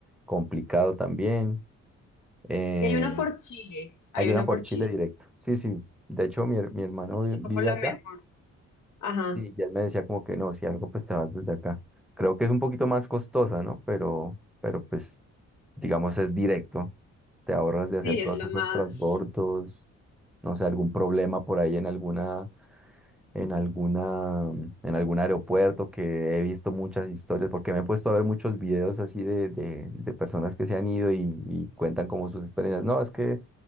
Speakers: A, in the centre; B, on the left.
A: complicado también. Eh,
B: Y hay una por Chile, hay
A: hay
B: una
A: una por
B: por
A: Chile
B: Chile,
A: directo, sí, sí, de hecho mi, her- mi hermano
B: eso
A: vi-
B: es
A: vive
B: como la
A: allá
B: mejor. Ajá,
A: y ya él me decía como que no, si algo pues te vas desde acá. Creo que es un poquito más costosa, ¿no? Pero, pero pues digamos, es directo. Te ahorras de hacer
B: sí,
A: todos
B: es la
A: esos
B: más,
A: transbordos, no sé, algún problema por ahí en alguna, en alguna, en algún aeropuerto que he visto muchas historias, porque me he puesto a ver muchos videos así de, de, de personas que se han ido y, y cuentan como sus experiencias. No, es que